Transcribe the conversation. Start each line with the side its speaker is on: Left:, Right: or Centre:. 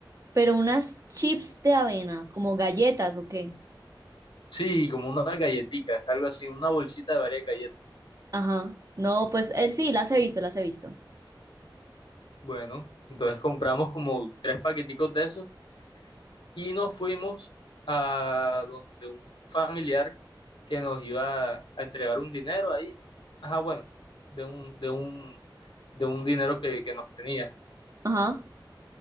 Right: Pero unas chips de avena, como galletas ¿o qué?
Left: Sí, como unas galletitas, algo así, una bolsita de varias galletas.
Right: Ajá. No, pues él sí, las he visto, las he visto.
Left: Bueno, entonces compramos como tres paqueticos de esos y nos fuimos a donde un familiar que nos iba a entregar un dinero ahí. Ajá, bueno, de un, de un, de un dinero que, que nos tenía.
Right: Ajá,